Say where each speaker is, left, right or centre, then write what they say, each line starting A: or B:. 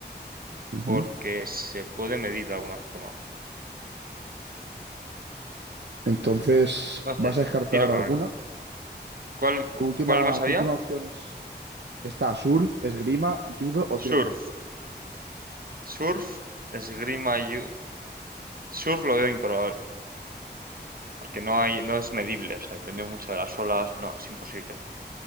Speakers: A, on the right; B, on the right.
A: ujú.
B: porque se puede medir de alguna forma.
A: Entonces,
B: No
A: ¿vas
B: sé,
A: a descartar
B: tiro
A: alguna?
B: con arco. ¿Cuál, cu-
A: Tu última,
B: cuál más había?
A: tu última opción es, está surf, esgrima, judo o
B: Surf.
A: tiro con arco.
B: Surf, esgrima y... u- Surf lo veo improbable, porque no hay, no es medible, o sea, depende mucho de las olas, no, es imposible.